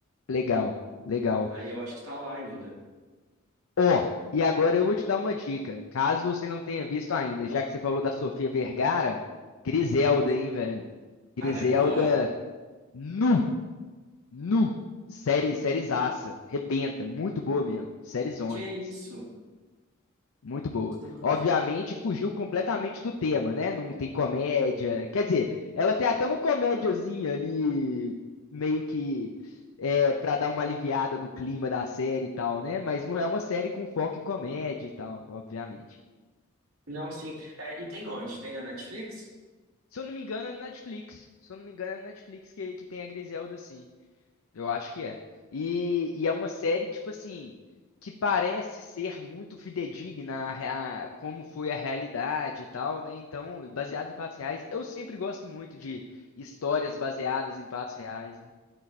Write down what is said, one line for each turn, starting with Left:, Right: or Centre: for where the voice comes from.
Left: Legal, legal.
Right: Aí eu acho que tá lá ainda.
Left: Ó, e agora eu vou te dar uma dica. Caso você não tenha visto ainda, já que você falou da Sofia Vergara, Griselda,
Right: Hum.
Left: hein, velho?
Right: Cara,
Left: Griselda,
Right: é boa?
Left: nu, nu. Série, sériezaça. Rebenta. Muito boa mesmo. série Zona.
Right: Que isso?
Left: Muito boa.
Right: Estou com-
Left: Obviamente, fugiu completamente do tema, né? Não tem comédia. Quer dizer, ela tem até uma comédiazinha ali, meio que é, para dar uma aliviada no clima da série e tal, né? Mas não é uma série com foco em comédia e tal, obviamente.
Right: Não, sim. É, e tem onde? Tem na Netflix?
Left: Se eu não me engano, é na Netflix. Se eu não me engano, é na Netflix que, que tem a Griselda, sim. Eu acho que é. E, e é uma série, tipo assim, que parece ser muito fidedigna a, rea- como foi a realidade e tal, né? Então, baseado em fatos reais, eu sempre gosto muito de histórias baseadas em fatos reais, né?